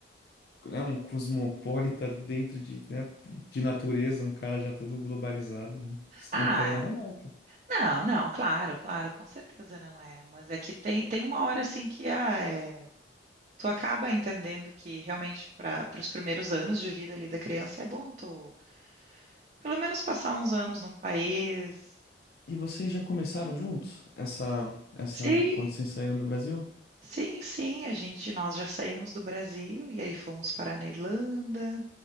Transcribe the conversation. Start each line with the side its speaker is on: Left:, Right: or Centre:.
Left: né, um cosmopolita dentro de, né, de natureza, um cara já todo globalizado, não
Right: Ah,
Left: não estaria nada mal, pô.
Right: não, não, claro, claro, com certeza não é, mas é que tem, tem uma hora assim que ah, é tu acaba entendendo que realmente para os primeiros anos de vida ali da criança é bom tu pelo menos passar uns anos num país.
Left: E vocês já começaram juntos essa, essa,
Right: Sim,
Left: quando vocês saíram do Brasil?
Right: sim, sim, a gente nós já saímos do Brasil e aí fomos parar na Irlanda.